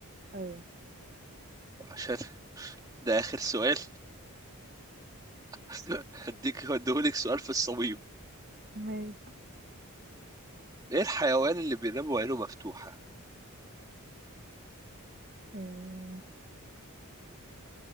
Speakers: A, on the right (about 40°); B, on the right (about 15°).
A: ايوه
B: وعشان ده اخر سؤال <laughs> هديك هديهولك سؤال في الصميم
A: ماشي
B: ايه الحيوان اللي بينام وعينه مفتوحة
A: اه...